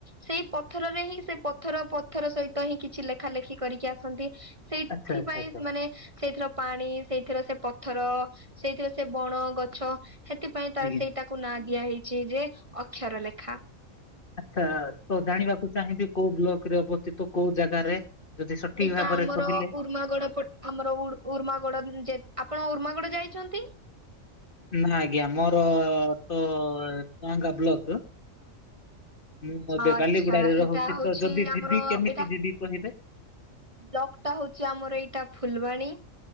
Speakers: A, on the right (about 25°); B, on the left (about 40°).
A: ସେଇ ପଥରରେ ହିଁ ସେ ପଥର ପଥର ସହିତ ହିଁ କିଛି ଲେଖା ଲେଖି କରିକି ଆସନ୍ତି। ସେଇଥିପାଇଁ
B: ଆଚ୍ଛା ଆଚ୍ଛା ଆଚ୍ଛା
A: ମାନେ ସେଇଥିର ପାଣି ସେଇଥିର ସେ ପଥର-ଅ-ଅ-ଅ ସେଇଥିର ସେ ବଣ, ଗଛ ସେଥିପାଇଁ ତା
B: ଆଜ୍ଞା
A: ସେଇ ତାକୁ ନାଁ ଦିଆ ହେଇଛି ଯେ ଅକ୍ଷର ଲେଖା।
B: ଆଚ୍ଛା-ଆ-ଆ-ଆ ତ ଜାଣିବାକୁ ଚାହିଁବି କୋଉ ବ୍ଲକ ରେ ଅବସ୍ଥିତ କୋଉ ଜାଗାରେ? ଯଦି ସଠିକ
A: ଏଇଟା
B: ଭାବରେ
A: ଆମର
B: କହିଲେ
A: ଉର୍ମାଗଡ ପ ଆମର ଉଡ୍ ଉର୍ମାଗଡ ଯେ, ଆପଣ ଉର୍ମାଗଡ ଯାଇଛନ୍ତି?
B: ନା ଆଜ୍ଞା ମୋର-ଅ-ଅ-ଅ ତ-ଅ-ଅ-ଅ ଟୁଆଁଙ୍ଗା ବ୍ଲକ ର। ମୁଁ ଏବେ
A: ଆଚ୍ଛା
B: ବାଲିଗୁଡାରେ ରହୁଛି,
A: ଏଇଟା ହଉଛି
B: ତ ଯଦି
A: ଆମର
B: ଯିବି କେମିତି
A: ଏଇଟା
B: ଯିବି କହିବେ?
A: ବ୍ଲକ ଟା ହଉଛି ଆମର ଏଇଟା ଫୁଲବାଣୀ,